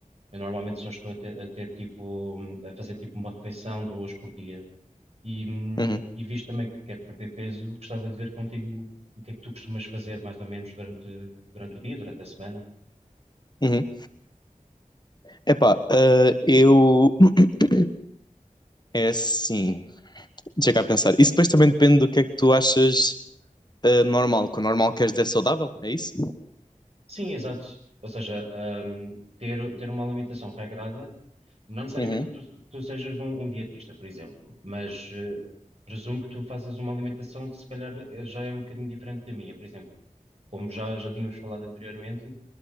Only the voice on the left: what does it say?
uhum,
uhum. Epá, ah, eu. <clears throat> É assim. Deixa cá pensar. Isso depois também depende do que é que tu achas ah, normal. Que o normal queres dizer saudável, é isso?
Uhum,